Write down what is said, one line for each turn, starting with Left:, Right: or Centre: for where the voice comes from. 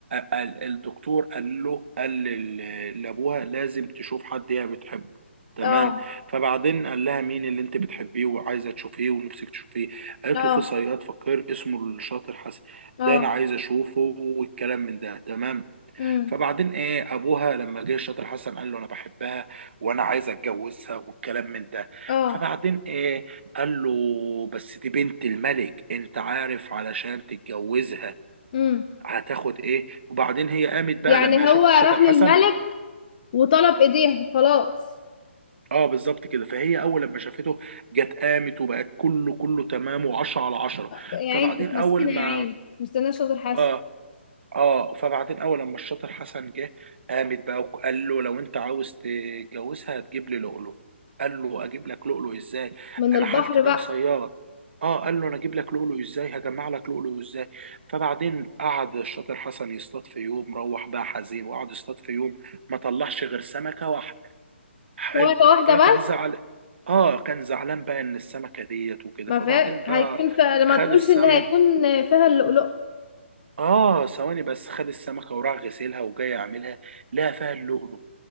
Right: أ- ال- الدكتور قال له قال لل- لابوها لازم تشوف حد هي بتحبه تمام
Left: اه
Right: فبعدين قال لها مين اللي انت بتحبيه وعايزه تشوفيه ونفسك تشوفيه قالت
Left: اه
Right: له في صياد فقير اسمه الشاطر حسن
Left: اه
Right: ده انا عايزه اشوفه والكلام من ده تمام
Left: امم
Right: فبعدين ايه ابوها لما جه شاطر حسن قال له انا بحبها وانا عايز اتجوزها والكلام من ده
Left: اه
Right: فبعدين ايه قال له بس دي بنت الملك انت عارف علشان تتجوزها
Left: امم
Right: هتاخد ايه وبعدين هي قامت بقى
Left: يعني
Right: لما هي شافت
Left: هو راح
Right: شاطر حسن
Left: للملك وطلب ايديها خلاص
Right: اه بالظبط كده فهي اول لما شافته جت قامت وبقت كله كله تمام وعشرة على عشرة
Left: يا
Right: فبعدين
Left: عيني كانت
Right: اول
Left: مسكينه
Right: ما
Left: يا عيني مستنيه شاطر حسن
Right: اه اه فبعدين اول لما الشاطر حسن جه قامت بقى وقال له لو انت عاوز تتجوزها هتجيب لي لؤلؤ قال له اجيب لك لؤلؤ ازاي
Left: من
Right: انا
Left: البحر
Right: حالتي ده
Left: بقى
Right: انا صياد اه قال له انا اجيب لك لؤلؤ ازاي هجمع لك لؤلؤ ازاي فبعدين قعد الشاطر حسن يصطاد في يوم روح بقى حزين وقعد يصطاد في يوم ما طلعش غير سمكة واحدة حلو
Left: سمكه واحده
Right: فكان
Left: بس
Right: زعل اه كان زعلان بقى ان السمكة ديت وكده
Left: ما
Right: فبعدين
Left: فيها
Right: بقى
Left: هيكون فيها لما
Right: خد
Left: تقولش
Right: السمكة
Left: ان هيكون فيها اللؤلؤ
Right: اه ثواني بس خد السمكه وراح غسلها وجاي اعملها لقى فيها اللؤلؤ